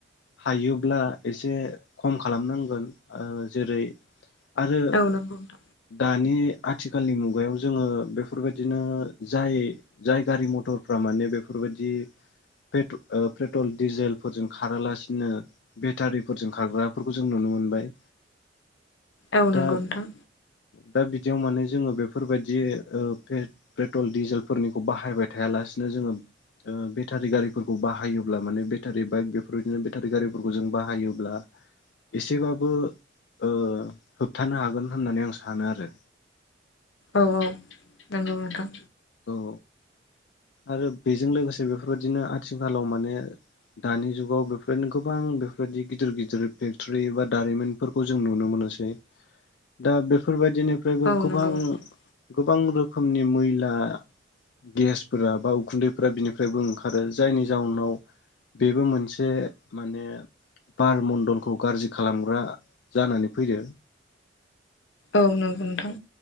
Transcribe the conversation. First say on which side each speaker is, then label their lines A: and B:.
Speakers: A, on the left; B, on the left.
A: हायोब्ला एसे खम खालामनांगोन ओ जेरै आरो
B: औ नंगौ नोंथां
A: दानि आथिखालनि मुगायाव जोङो बे बेफोरबायदिनो जाय जाय गारि मथरफ्रा माने बेफोरबायदि ओ पेट्रल डिजेलफोरजों खारालासिनो बेटारिफोरजों खारग्राफोरखौ जों नुनो मोनो मोनबाय
B: औ
A: दा
B: नंगौ नोंथां।
A: दा बिदियाव माने जोङो बेफोरबायदि बे पेट्रल डिजेलफोरनिखौ बाहायबाय थायालासिनो जोङो ओ बेटारि गारिफोरखौ बाहायोब्ला माने बेटारि बाइक बेफोरबायदिनो बेटारि गारिफोरखौ जों बाहायोब्ला एसेबाबो ओ होबथानो हागोन होननानै आं सानो आरो
B: औ औ नोंगौ नोंथां।
A: औ आरो बेजों लोगोसे बेफोरबायदिनो आथिखालाव माने दानि जुगाव बेफोरनो गोबां बेफोरबायदि गिदिर गिदिर फेक्ट'रि एबा दारिमिनफोरखौ जों नुनो मोनो नुसै दा बेफोरबायद दिनिफ्रायबो
B: औ
A: गोबां
B: नंगौ नोंथां
A: गोबां रोखोमनि मैला गेस फोर बा उखुन्दैफोरा बिनिफ्रायबो ओंखारो जायनि जाउनाव बेबो मोनसे माने बार मण्डलखौ गाज्रि खालामग्रा जानानै फैयो
B: औ नोंगौ नोंथां।